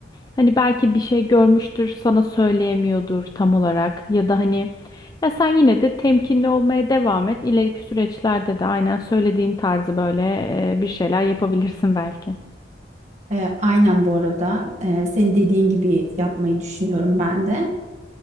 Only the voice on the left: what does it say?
Hani belki bir şey görmüştür, sana söyleyemiyordur tam olarak ya da hani ya sen yine de temkinli olmaya devam et. İleriki süreçlerde de aynen söylediğin tarzı böyle e, bir şeyler yapabilirsin belki.